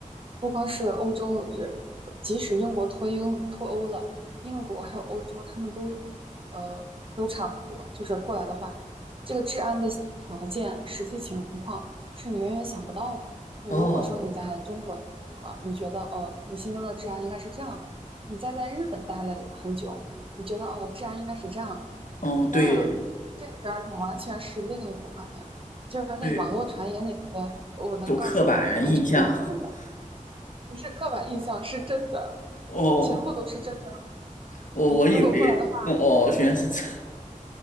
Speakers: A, on the right; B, on the left.
A: 不光是欧洲，呃即使英国脱英脱欧了，英国还有欧洲，他们都呃都差不多。就是过来的话，这个治安的条件、实际情况是你远远想不到的。就如果说你在中国了，
B: 哦，
A: 你觉得哦，你心中的治安应该是这样的；你再在日本待了很久，你觉得哦，治安应该是这样的。
B: 嗯，
A: 那这边儿就完全是另一幅画面，
B: 对
A: 就是那网络传言那些，
B: 对，
A: 我能告诉你，
B: 有刻板印象。
A: 完全都是真的
B: <laughs>
A: 不是刻板印象，是真的，
B: 哦，
A: 全部都是真的。
B: 我我以为哦，
A: 你如果过来的话，
B: 原来是这，